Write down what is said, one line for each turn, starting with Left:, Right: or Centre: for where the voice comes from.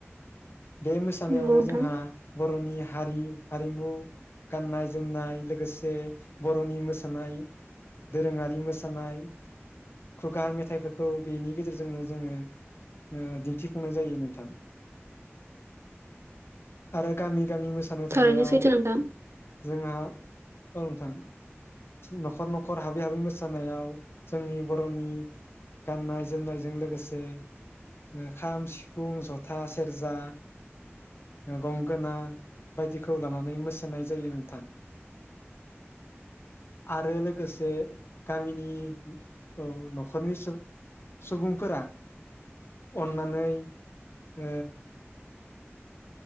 Left: बे मोसानायावनो
Right: नोंगौ नोंथां
Left: जोंहा बर'नि हारि। हारिमु गाननाय ज जोमनाय लोगोसे बर'नि मोसानाय दोरोङारि मोसानाय खुगा मेथाइफोरखौ बेनि गेजेरजोंनो जोङो ओ दिन्थिफुंनाय जायो नोंथां। आरो गामि गामि मोसानो थांनायाव
Right: थारैनो सैथो नोंथां
Left: जोंहा औ नोंथां न'खर न'खर हाबै हाबै मोसानायाव जोंनि बर'नि गाननाय जोमनायजों लोगोसे ओ खाम सिफुं जथा से सेरजा गंगोना बायदिखौ लानानै मोसानाय जायो नोंथां। आरो लोगोसे गामिनि औ न'ख <unintelligible> सुबुंफोरा अन्नानै ओ